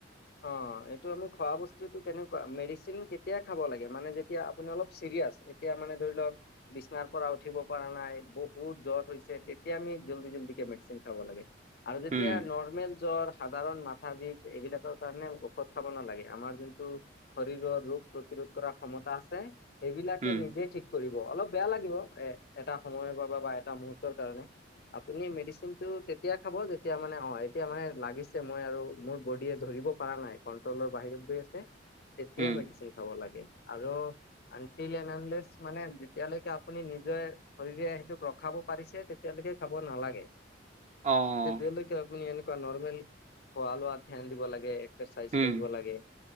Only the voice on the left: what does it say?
অ, এইটো আমি খোৱা বস্তুটো কেনেকুৱা মেডিচিন কেতিয়াই খাব লাগে মানে যেতিয়া আপোনালোক চিৰিয়াচ এতিয়া মানে ধৰি লওক বিছনাৰ পৰা উঠিব পৰা নাই বহুত জ্বৰ হৈছে। তেতিয়া আমি জল জে মেডিচিন খাব লাগে আৰু যেতিয়া
নৰ্মেল জ্বৰ সাধাৰণ মাথা বিষ এ এইবিলাকৰ কাৰণে ঔষধ খব নালাগে। আমাৰ যোনটো শৰীৰৰ ৰোগ প্ৰতিৰোধ কৰাাৰ ক্ষমতা আছে। ছে সেইবিলাকে
নিজে ঠিক কৰিব অলপ বেয়া লাগিব এ এটা সময়ৰ বাবে বা এটা মুহুৰৰ্তৰ কাৰণে। আপুনি মেডিচিনটো তেতিয়া খাব যেতিয়া মানে অ এতিয়া মানে লাগিছে মই মোৰ বডীয়ে ধৈ ব পাৰা নাই, কণ্ট্ৰলৰ বাহিৰত গৈ আছে, তেতিয়া
মেডিচিন খাব লাগে আৰু উন্তিল ইয়া উনলেছ মানে যেতিয়ালৈকে আপুনি নিজে, শৰীৰে সেইটোক ৰখাব পাৰিছে, তেতিয়া তাকে খাব নালাগে।
তেতিয়ালৈকে আপুনি এনেকুৱা নৰ্মেল খোৱা লোৱাত ধ্যান দিব লাগে। এক্সাৰচাইজ
কৰিব লাগে,